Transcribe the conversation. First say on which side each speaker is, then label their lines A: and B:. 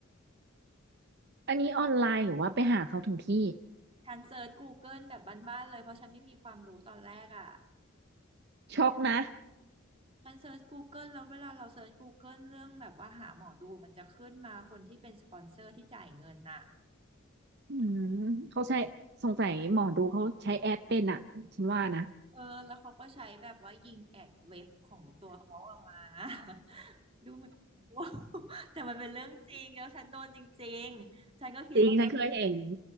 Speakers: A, on the right; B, on the right.
A: อันนี้ออนไลน์หรือว่าไปหาเขาถึงที่
B: ฉันเซิร์ช Google แบบบ้านๆเลยเพราะฉันไม่มีความรู้ตอนแรกอ่ะ
A: ช็อกนะ
B: ฉันเซิร์ช Google แล้วเวลาเราเซิร์ช Google เรื่องแบบว่าหาหมอดูมันจะขึ้นมาคนที่เป็นสปอนเซอร์ที่จ่ายเงินน่ะ
A: อืมเขาใช้สงสัยหมอดูเขาใช้แอดเป็นอ่ะฉันว่านะ
B: เออ แล้วเขาก็ใช้แบบว่ายิงแอดเว็บของตัวเขาออกมา <laughs> ดูเหมือนโง่ <laughs> แต่มันเป็นเรื่องจริง แล้วฉันโดนจริงๆฉันก็คิดว่าเออ
A: จริงฉันเคยเห็น